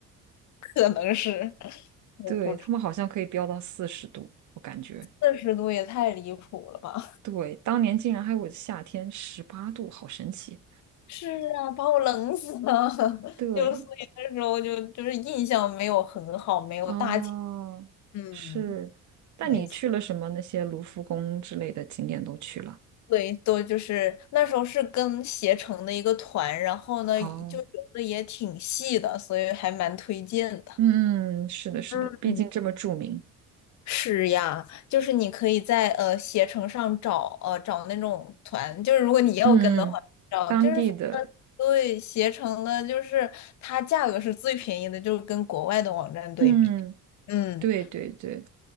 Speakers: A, on the left (about 50°); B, on the right (about 50°).
A: 可能是，<laughs> 我不知，
B: 对，他们好像可以飙到四十度，我感觉。
A: 四十度也太离谱了吧。
B: 对，当年竟然还有夏天十八度，好神奇。
A: 是啊，把我冷死了。<laughs>
B: 对，
A: 就所以那时候就就是印象没有很好，没有大起。
B: 啊，
A: 嗯，
B: 是。但你去了什么那些卢浮宫之类的景点都去了？
A: 没错。对，都就是那时候是跟携程的一个团，然后呢就游的也挺细的，
B: 哦，
A: 所以还蛮推荐的。
B: 嗯，是的，是的，
A: 嗯，
B: 毕竟这么著名。
A: 是呀，就是你可以在呃携程上找呃找那种团，就是如果你要跟的话，
B: 嗯，
A: 找就是反正对携程的，
B: 当地的，
A: 就是它价格是最便宜的，就是跟国外的网站对比。
B: 嗯，
A: 嗯，
B: 对对对。